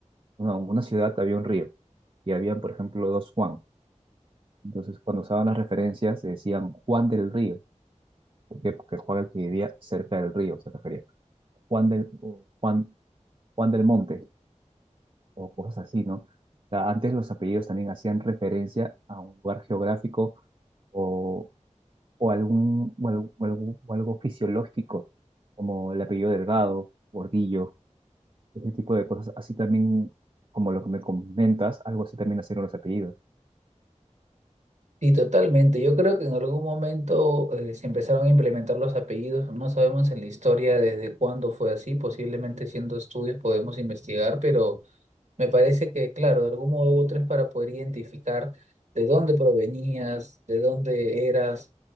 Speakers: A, on the right (about 45°); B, on the right (about 65°).
A: no, en una ciudad había un río y habían, por ejemplo, dos Juan. Entonces, cuando usaban las referencias, se decían Juan del Río. ¿Por qué? Porque Juan el que vivía cerca del río se refería. Juan del, o Juan, Juan del Monte o cosas así, ¿no? O sea, antes los apellidos también hacían referencia a un lugar geográfico o, o algún, o algo, o algo, o algo fisiológico, como el apellido delgado, gordillo, ese tipo de cosas. Así también, como lo que me comentas, algo así también nacieron los apellidos.
B: Sí, totalmente. Yo creo que en algún momento eh, se empezaron a implementar los apellidos. No sabemos en la historia desde cuándo fue así. Posiblemente haciendo estudios podemos investigar, pero... Me parece que, claro, de algún modo u otro es para poder identificar de dónde provenías, de dónde eras,